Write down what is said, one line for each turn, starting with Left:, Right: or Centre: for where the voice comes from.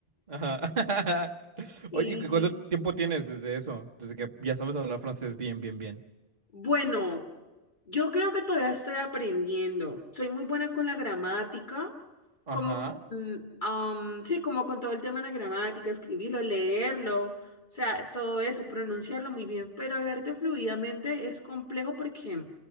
Right: ajá. <laughs>
Left: Y
Right: Oye, ¿y ¿cuánto tiempo tienes desde eso? Desde que ya sabes hablar francés bien, bien, bien.
Left: bueno. Yo creo que todavía estoy aprendiendo. Soy muy buena con la gramática,
Right: Ajá.
Left: como con, am, sí, como con todo el tema de la gramática, escribirlo, leerlo, o sea, todo eso, pronunciarlo muy bien, pero hablarte fluidamente es complejo porque